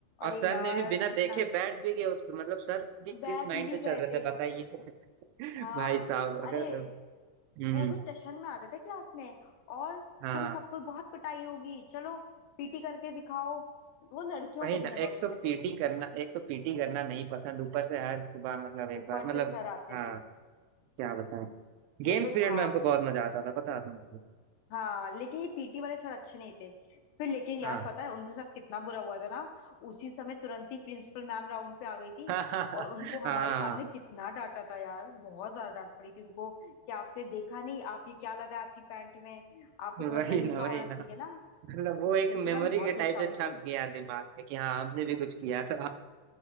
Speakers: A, on the left; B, on the right.
A: अरे
B: और सर
A: यार
B: ने भी बिना
A: कितना
B: देखे बैठ भी गए उस पे मतलब सर भी
A: बैठ
B: किस माइंड
A: ही भी
B: से
A: गए
B: चल रहे
A: थे
B: थे बताइए
A: हाँ
B: <laughs> भाई साहब अगर
A: अरे
B: हम्म
A: वो भी टशन में आते थे क्लास में और
B: हाँ
A: तुम सबको बहुत पिटाई होगी चलो पीटी करके दिखाओ वो लड़कियों
B: वही
A: को भी
B: ना
A: नहीं बख्शते
B: एक तो पीटी
A: थे
B: करना एक तो पीटी करना नहीं पसंद ऊपर से हर सुबह मतलब
A: ऊपर
B: एक बार मतलब
A: से सर आते
B: हाँ
A: थे
B: क्या बताएं
A: ये
B: गेम्स
A: तो
B: पीरियड
A: था
B: में हमको बहुत मजा आता था पता है तुमको
A: हाँ लेकिन ये पीटी वाले सर अच्छे नहीं थे फिर लेकिन यार
B: हाँ
A: पता है उनके साथ कितना बुरा हुआ था ना उसी समय तुरंत ही प्रिंसिपल मैम राउंड पे आ गई थी
B: <laughs>
A: और उनको हमारे
B: हाँ
A: सामने कितना डांटा था यार बहुत ज्यादा डांट पड़ी थी उनको कि आपने देखा नहीं आप ये क्या लगा आपकी पैंट में आपको
B: वही
A: थोड़ा तरीका
B: ना वही
A: होना
B: ना
A: चाहिए ना
B: मतलब वो एक
A: प्रिंसिपल
B: मेमोरी
A: मैम बहुत
B: के
A: गुस्सा
B: टाइप से
A: हुई
B: छप
A: थी
B: गया दिमाग में कि हाँ हमने भी कुछ किया था